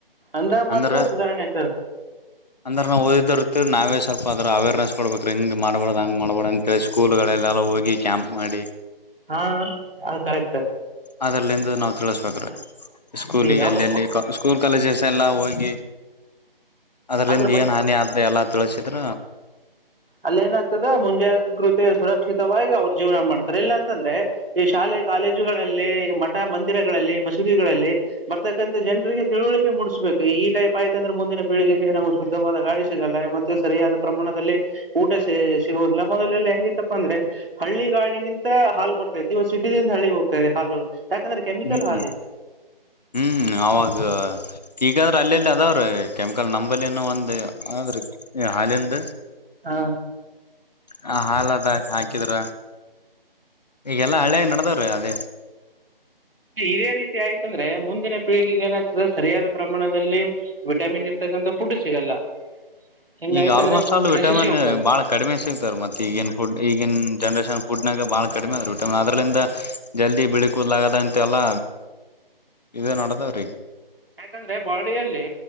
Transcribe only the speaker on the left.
ಅಂದ್ರ
ಅಂದ್ರ ನಾವು ಓದಿದರ್ತಿೀವಿ ನಾವೇ ಸ್ವಲ್ಪ ಅದ್ರ ಅವೇರ್ನೆಸ್ ಕೊಡ್ಬೇಕ್ರ ಹಿಂಗ ಮಾಡ್ಬಾರ್ದ ಹಂಗ ಮಾಡ್ಬಾರಡ ಅಂತೇಳಿ ಸ್ಕೂಲ್ಗಳಲ್ಲ ಹೋಗಿ ಕ್ಯಾಂಪ್ ಮಾಡಿ
ಅದ್ರಲ್ಲಿಂದು ನಾವು ತಿಳಿಸಬೇಕರಿ ಸ್ಕೂಲಿಗೆ
ಅಲ್ಲೆಲ್ಲಿ
ಸ್ಕೂಲ್ ಕಾಲೇಜಸ್ ಎಲ್ಲಾ ಹೋಗಿ ಅದ್ರಲಿಂದ
ಏನ್ ಹಾನಿ ಆದ ಎಲ್ಲಾ ತಿಳಸಿದ್ರ
ಹ್ಮ್
ಹ್ಮ್ ಅವಾಗ ಈಗಾದ್ರೆ ಅಲ್ಲಲ್ಲಿ ಅದಾವ್ರೀ ಕೆಮಿಕಲ್ ನಂಬಲ್ಲಿನ ಒಂದು ಆದ್ರೀ ಹಾಲಿಂದು
ಹ ಹಾಲ್ ಅದಾ ಹಾಕಿದ್ರ ಈಗೆಲ್ಲಾ ಹಳಿಯಾಗಿ ನಡದವ್ರೀ ಅದೇ
ಈಗ ಆಲ್ಮೋಸ್ಟ್
ಆಲ್ ವಿಟಮಿನ್
ಬಾಳ ಕಡಿಮೆ ಸಿಗ್ತಾರ ಮತ್ತೆ ಈಗಿನ ಫುಡ್ ಈಗಿನ ಜನ್ರೇಷನ್ ಫುಡ್ನಾಗ ಬಾಳ ಕಡಿಮೆಟ್ಟಿ ಅದ್ರಲಂದ ಜಲ್ದಿ ಬಿಳಿ ಕೂದಲಾಗದ ಅಂತೆ ಎಲ್ಲ ಇದೇ ನೋಡದವ್ರೀ